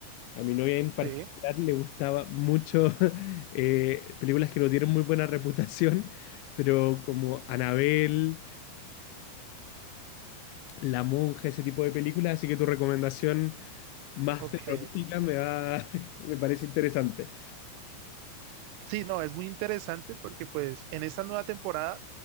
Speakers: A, on the left; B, on the right.
A: A mi novia en particular
B: Sí,
A: le gustaba mucho <laughs> eh, películas que no tienen muy buena reputación, pero como Anabel la Monja, ese tipo de películas, así que tu recomendación más
B: ok.
A: terrorífica me va, <laughs> me parece interesante.
B: Sí, no, es muy interesante porque pues en esta nueva temporada